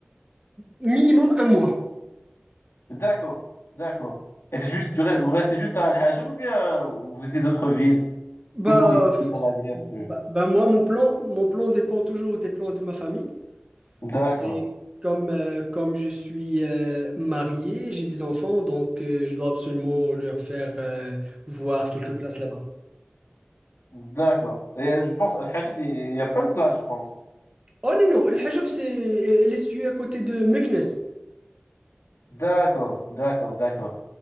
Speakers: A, on the right; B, on the left.
A: Minimum un mois.
B: D'accord, d'accord. Et c'est juste, tu re- vous restez juste à Al-Hajj ou bien euh, vous visitez d'autres villes
A: Bah,
B: plus touristiques,
A: f-
B: on
A: c'est-
B: va dire. que-
A: bah, bah, moi, mon plan, mon plan dépend toujours des plans de ma famille.
B: D'accord,
A: Et comme, euh, comme je suis euh, marié, j'ai des enfants, donc euh, je dois absolument leur faire euh, voir quelques places là-bas.
B: d'accord. Et euh, je pense Al-Hajj, il n'y a pas de plage, je pense.
A: Oh non, non, El Hajab, c'est euh, elle est située à côté de Meknès.
B: D'accord, d'accord, d'accord.